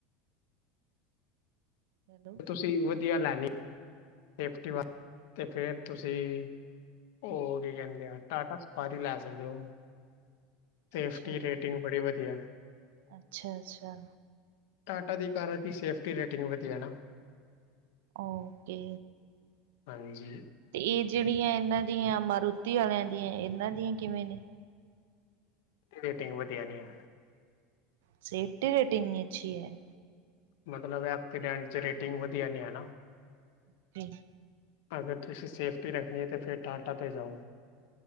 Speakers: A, on the right; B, on the left.
A: ਹੈਲੋ
B: ਤੁਸੀਂ ਵਧੀਆ ਲੈਦੇ ਹੋ ਸੇਫਟੀ ਵਾਸਤੇ ਅਤੇ ਫਿਰ ਤੁਸੀਂ ਉਹ ਕੀ ਕਹਿੰਦੇ ਆ ਟਾਟਾ ਸਪਾਰੀ ਲੈ ਸਕਦੇ ਹੋ ਸੇਫਟੀ
A: ਅੱਛਾ
B: ਰੇਟਿੰਗ ਬੜੀ ਵਧੀਆ
A: ਅੱਛਾ ਅੱਛਾ
B: ਟਾਟਾ ਦੀ ਕਾਰਾਂ ਦੀ ਸੇਫਟੀ ਰੇਟਿੰਗ ਵਧੀਆ ਨਾ
A: ਓਕੇ
B: ਹਾਂਜੀ
A: ਤੇ ਇਹ ਜਿਹੜੀਆਂ ਇਹਨਾਂ ਦੀਆਂ ਮਾਰੁਤੀ ਵਾਲਿਆਂ ਦੀਆਂ ਇਹਨਾਂ ਦੀਆਂ ਕਿਵੇਂ ਨੇ
B: ਰੇਟਿੰਗ ਵਧੀਆ ਨੀ ਆ
A: ਸੇਫਟੀ ਰੇਟਿੰਗ ਨੀ ਅੱਛੀ ਹੈ।
B: ਮਤਲਬ ਐਡੈਂ ਚ ਰੇਟਿੰਗ ਵਧੀਆ ਨ ਹੈ
A: <inaudible>
B: ਅਗਰ ਤੁਸੀਂ ਸੇਫਟੀ ਰੱਖਣੀ ਹੈ ਤਾਂ ਫਿਰ ਟਾਟਾ 'ਤੇ ਜਾਓ